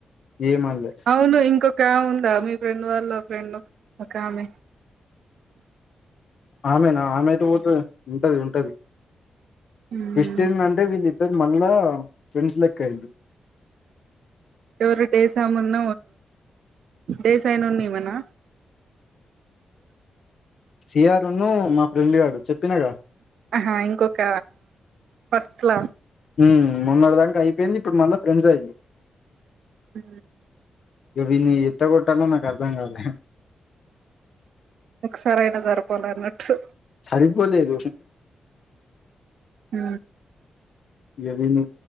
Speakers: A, on the left; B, on the right.
A: ఏమనలే
B: అవును ఇంకా కా ఉందా మీ ఫ్రెండ్ వాళ్ళు ఫ్రెండ్ ఒకామె
A: ఆమెనా ఆమె ఎటు పోతది ఉంటది ఉంటది
B: మ్
A: ట్విస్ట్ ఏందంటే విళి స మళ్ళా ఫ్రెండ్స్ లెక్కయింది
B: ఎవరు డేసమున్న డేసాయి ను ఉన్న ఇమనా
A: సీఆరును మా ఫ్రెండ్ గాడు చెప్పినాగా
B: ఆహా ఇంకొక ఫస్ట్ లా
A: ఉ మెన్నటి దాక అయిపోయింది ఇప్పుడు మళ్ళీ ఫ్రెండ్స్ అయింది
B: ఉ
A: ఇగ విన్ని ఎట్ట కొట్టాలో నాకు అర్థం కాట్లె
B: ఒకసారి అయినా జరపాల అన్నట్టు
A: సరిపోలేదు
B: ఉ
A: గవీన్